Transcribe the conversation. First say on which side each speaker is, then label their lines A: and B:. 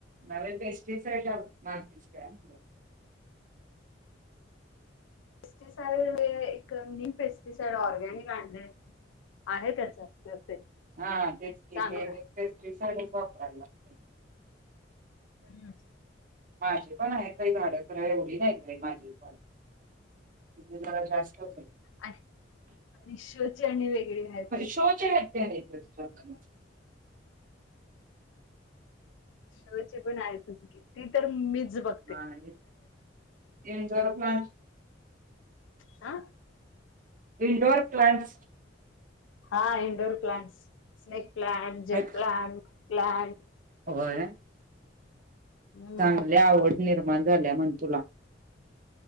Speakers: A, on the right; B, on the left.
A: न्हव पेस्टिसाईडला मारतीस काय म्हटलं?
B: पेस्टिसाईड एक नीमपेस्टिसाइड ऑर्गॅनिक आणलंय. आहे त्याच ते
A: हा तेच की
B: चांगला
A: ते
B: आहे.
A: पेस्ट्रीसाईडच वापराय लागते.
B: हम्म.
A: माझी पण आहेत बाई झाडं खर एवढी नाही बाई माझी पण. तुझी जरा जास्त आहेत.
B: आणि आणि शोची आणि वेगळी हायत.
A: शोची हायत. ते आहेत <unintelligible> आमचं.
B: शोची पण आहेतच की, ती तर मीच बघ
A: हा आणि <unintelligible>
B: आ?
A: इंडोर प्लांट्स
B: हा इंडोर प्लाॅंट्स, स्नेक प्लाॅंट,
A: आहेत
B: जेट प्लांट,
A: का?
B: प्लाॅंट
A: होय.
B: हम्म.
A: चांगली आवड निर्माण झाल्या म्हण तुला.